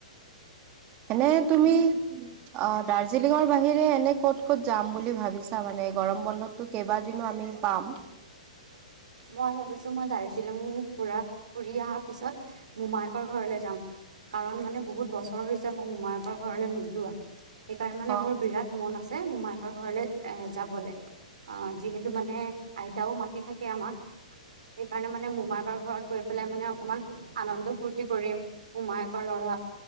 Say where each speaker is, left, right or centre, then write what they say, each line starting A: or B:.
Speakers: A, on the right; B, on the right.
A: এনে তুমি অ', দাৰ্জিলিঙৰ বাহিৰে এনে ক'ত ক'ত যাম বুলি ভাবিছা। মানে গৰম বন্ধতটো
B: <unintelligible>
A: কেইবাদিনো আমি পাম
B: মই ভাবিছো মই। শ্বিলং ফুৰা ফুৰি অহা পিছত মোমায়েকৰ ঘৰলৈ যাম, কাৰণ মানে বহুত বছৰ। বছৰ হৈছে মই মোমায়কৰ ঘৰলৈ নোযোৱা। সেইকাৰণে মানে
A: অ
B: মোৰ বিৰাট মন আছে মোমায়েকৰ ঘৰলে এ যাবলে। অ', যিহেতু মানে আইতাও মাতি থাকে আমাক সেইকাৰণে মানে মোমায়েকৰ ঘৰত। গৈ পেলাই মানে অকমান আনন্দ ফুৰ্তি কৰিম মোমায়েকৰ ল'ৰা।